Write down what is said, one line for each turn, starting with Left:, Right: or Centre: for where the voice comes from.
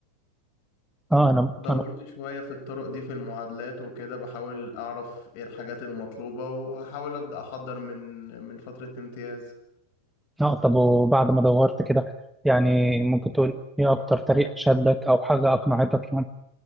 Centre: أه أنا
Left: دورت
Centre: أنا
Left: شويه في الطرق دي في المعادلات وكده بحاول اعرف ايه الحاجات المطلوبه وهحاول ابدا احضر من من فتره امتياز
Centre: أه طب وبعد ما دورت كده يعني ممكن تقول إيه أكتر طريق شدك أو حاجة أقنعتك يعني؟